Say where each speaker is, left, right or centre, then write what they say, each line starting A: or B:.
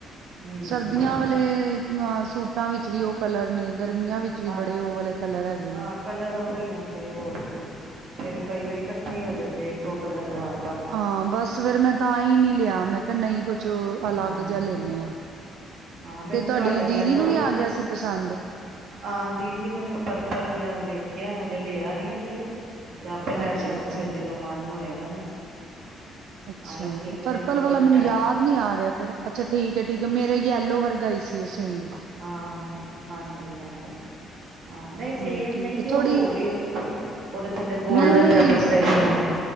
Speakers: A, on the right; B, on the right.
A: ਹਮ
B: ਸਰਦੀਆਂ ਵਾਲੇ ਅਹ ਸੂਟਾਂ ਵਿੱਚ ਵੀ ਉਹ ਕਲਰ ਨੇ, ਗਰਮੀਆਂ ਵਿੱਚ ਵੀ
A: ਹਾਂਜੀ
B: ਬੜੇ ਉਹ ਵਾਲੇ ਕਲਰ ਹੈਗੇ
A: ਹਾਂ
B: ਨੇ।
A: ਕਲਰ ਉਹੀ ਆਂਦੇ ਆ ਹੋਰ ਕੀ ਫੇਰ ਕਈ ਵਾਰੀ ਇਕੱਠੇ ਹੋ ਜਾਂਦੇ ਐ, ਇੱਕੋ ਕਲਰ ਬਾਰ।
B: ਹਾਂ ਬਸ ਫੇਰ ਮੈਂ ਤਾਂ ਹੀ ਨਹੀਂ ਲਿਆ, ਮੈਂ ਕਿਹਾ ਨਹੀਂ ਕੁਛ ਅਲੱਗ
A: ਹਾਂ
B: ਜਾ ਲੈਂਨੇ ਆਂ,
A: ਹਾਂ ਮੈਨੂੰ
B: ਤੇ ਤੁਹਾਡੀ
A: ਤੁਹਾਡਾ ਯੈਲੋ
B: ਦੀਦੀ ਨੂੰ ਵੀ ਆ ਗਿਆ ਸੀ ਪਸੰਦ।
A: ਹਾਂ ਦੀਦੀ ਨੇ ਵੀ ਉਹ ਪਰਪਲ ਜਿਹਾ ਵੇਖਿਆ ਜੇ ਲਿਆ ਨੀ ਹਜੇ ਜਾਂ ਆਪੇ ਲੈ
B: ਅੱਛਾ
A: ਜਾਣਗੇ
B: ਅੱਛਾ
A: ਫਿਰ ਜਦੋਂ ਮਨ ਹੋਏ ਗਾ ਨਾ
B: ਅੱਛਾ
A: ਆਏ ਸੀ ਇੱਕ
B: ਪਰਪਲ
A: ਦਿਨ ਥੋੜੇ
B: ਵਾਲਾ ਮੈਨੂੰ
A: ਟਾਈਮ
B: ਯਾਦ ਨਹੀਂ ਆ ਰਿਹਾ ਅੱਛਾ ਠੀਕ ਹੈ ਠੀਕ ਹੈ ਮੇਰੇ ਯੈਲੋ ਵਰਗਾਈ ਸੀ ਉਹ ਸੇਮ
A: ਹਾਂ ਹਾਂਜੀ ਜੀ ਹਾਂਜੀ ਹਾਂ ਨਹੀਂ
B: ਹਾਂ
A: ਸੇਮ
B: ਠੀਕ
A: ਨਹੀਂ ਸੀ
B: ਹੈ ਥੋੜ੍ਹੀ
A: ਉਹ ਹੋਰ ਹੀ ਉਹਦੇ ਥੱਲੇ ਗੋਲਡਨ
B: ਨਹੀਂ ਨਹੀਂ
A: ਜਾਂ ਪੱਟਾ ਸੀ